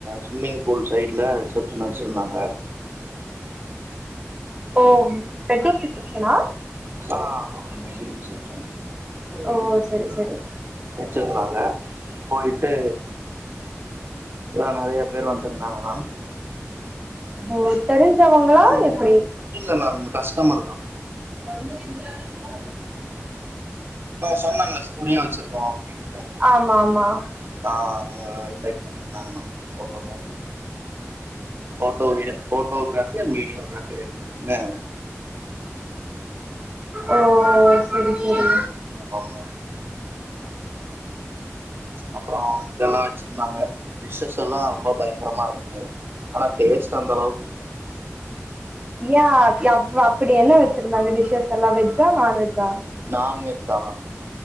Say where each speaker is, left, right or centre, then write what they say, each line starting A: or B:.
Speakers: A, on the right; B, on the right.
A: ஸ்விம்மிங் பூல் சைட்ல ரிசப்ஷன் வச்சிருந்தாங்க
B: ஓ வெட்டிங் ரிசப்ஷனா
A: ஆ ஆமா மேம் வேட்டிங் ரிசபெக்ஷன்
B: ஓ செரி செரி
A: வச்சிருந்தாங்க போயிட்டு எலா நெறய பேர் வந்திருந்தாங்க மேம்
B: ஓ தெரிஞ்சவங்களா
A: ம்
B: எப்டி
A: இல்ல நம் கஸ்டம தா
B: <unintelligible>
A: இப்ப சொன்னல்ல ஸ்டுடியோ வச்சிருக்கோ அப்டின்ட்டு
B: ஆமாமா
A: ஆ அதுல இன்வைட் பண்ணிருந்தாங்மா photography photo video photography and videography ரெண்டுமே
B: ஓ செரி செரி
A: ம் ஆமா அப்றோ இதெல்லா வெச்சிருந்தாங்க டிஷ்ஸெல்லா ரொம்ப பயங்கரமாருந்தது ஆனா டேஸ்ட் அந்தளவுக்கு இல்ல
B: யா ஏ அப்டி என்ன வெச்சிருந்தாங்க டிஷஸெல்லா வெஜ்ஜா நான்வெஜ்ஜா
A: நான்வெஜ் தா மேம்